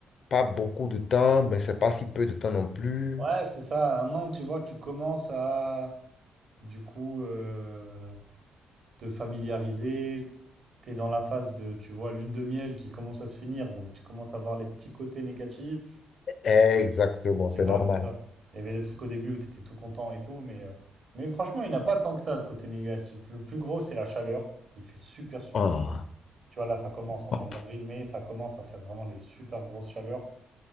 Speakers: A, on the left (about 45°); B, on the right (about 40°).
A: pas beaucoup de temps, mais c'est pas si peu de temps non plus.
B: Ouais, c'est ça, un an, tu vois, tu commences à, du coup, euh, te familiariser. T'es dans la phase de, tu vois, lune de miel qui commence à se finir, donc tu commences à voir les petits côtés négatifs.
A: Exactement,
B: Tu
A: c'est
B: vois,
A: normal.
B: ça, ça. Il y avait le truc au début où t'étais tout content et tout, mais, euh, mais franchement, il n'y en a pas tant que ça de côté négatif. Le plus gros, c'est la chaleur. Il fait super, super
A: Oh,
B: chaud. Tu vois, là, ça commence. On
A: oh,
B: est en avril-mai, ça commence à faire vraiment les super grosses chaleurs.